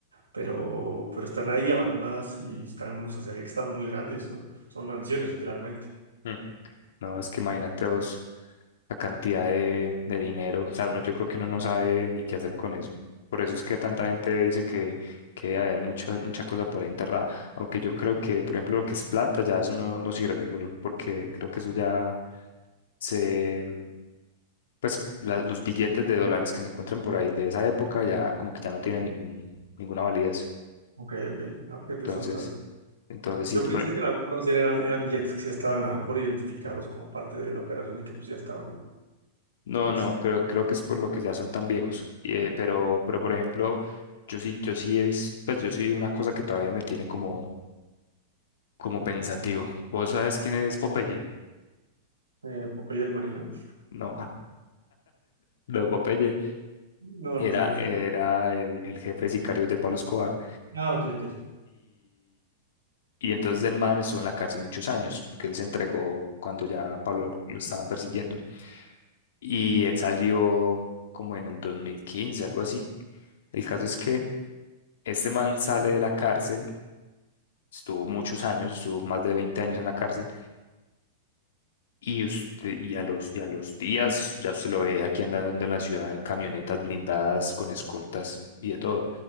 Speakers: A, on the right; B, on the left.
A: pero, pero están ahí abandonadas y están, o sea, se ve que están muy grandes, son, son mansiones literalmente.
B: mm, no, es que imagínate vos la cantidad de, de dinero. O sea, uno, yo creo que uno no sabe ni qué hacer con eso. Por eso es que tanta gente dice que, que debe haber mucha, mucha cosa por ahí enterrada. Aunque yo creo que, por ejemplo, lo que es plata, ya eso no, no sirve, por- porque creo que eso ya se, pues la- los billetes de dólares que se encuentran por ahí de esa época ya como que ya no tienen ningún, ninguna validez.
A: Ok, ok. Ah, fíjate,
B: Entonces,
A: eso no sabía.
B: entonces sí,
A: Yo
B: por-
A: pensé que a lo mejor más bien eran, eran billetes que ya estaban a lo mejor identificados como parte de la operación y que pues ya estaban.
B: no,
A: Este,
B: no, creo, creo que es por lo que ya son tan viejos. Y, eh, pero, pero por ejemplo, yo sí, yo sí he visto, pues yo sí vi una cosa que todavía me tiene como, como pensativo. ¿Vos sabes quién es Popeye?
A: eh, Popeye el Marino.
B: No. <laughs> No, Popeye
A: No,
B: era,
A: no sé quién
B: era
A: es.
B: el, el jefe de sicarios de Pablo Escobar.
A: Ah, ok, ok.
B: Y entonces el man estuvo en la cárcel muchos años, porque él se entregó cuando ya a Pablo lo, lo estaban persiguiendo. Y él salió como en el 2015, algo así. El caso es que este man sale de la cárcel, estuvo muchos años, estuvo más de 20 años en la cárcel, y, usted, y, a los, y a los días ya se lo ve aquí andando en la ciudad en camionetas blindadas, con escoltas y de todo.